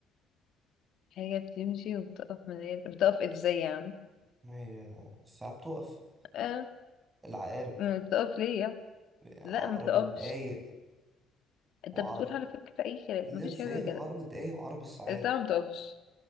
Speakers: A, on the left (about 65°); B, on the right (about 25°).
A: حاجة بتمشي وبتقف من غير بتقف ازاي يعني
B: ما هي الساعة بتقف
A: اه
B: العقارب
A: ما بتقف ليه يعني
B: عقرب
A: لا ما بتقفش
B: الدقايق
A: انت
B: وعقرب
A: بتقول على فكرة اي كلام
B: ايه
A: مفيش
B: ده ازاي
A: حاجة زي كده
B: عقرب الدقايق وعقرب الساعات
A: الساعة ما بتقفش